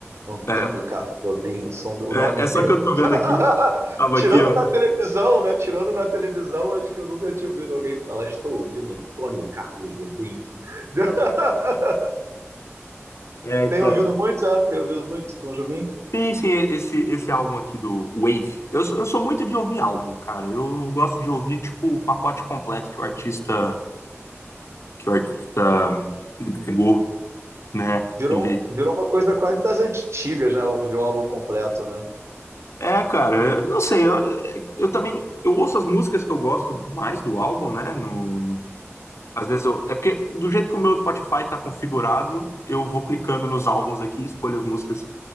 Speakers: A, on the right (about 65°); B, on the left (about 70°).
A: Antônio
B: É,
A: Carlos Jobim, o som do- o
B: é,
A: nome
B: é
A: inteiro.
B: só que eu tô vendo
A: <laughs>
B: aqui, tava
A: Tirando
B: aqui, ó.
A: na televisão, né? Tirando na televisão, acho que eu nunca tinha ouvido alguém falar, estou ouvindo Antônio Carlos Jobim. <laughs>
B: É,
A: Tem
B: tá,
A: ouvido muito, ah? Tem ouvido muito, Tom Jobim?
B: Sim, sim, esse, esse álbum aqui do Wave. Eu, sou- eu sou muito de ouvir álbum, cara. Eu gosto de ouvir, tipo, o pacote completo que o artista, que o artista entregou, né?
A: Virou,
B: Em vez de-
A: virou uma coisa quase das antigas, né? Ouvir o álbum completo, né?
B: É, cara, eu não sei. Eu, eu também, eu ouço as músicas que eu gosto mais do álbum, né? No, às vezes eu, é porque do jeito que o meu Spotify tá configurado, eu vou clicando nos álbuns aqui, escolho as músicas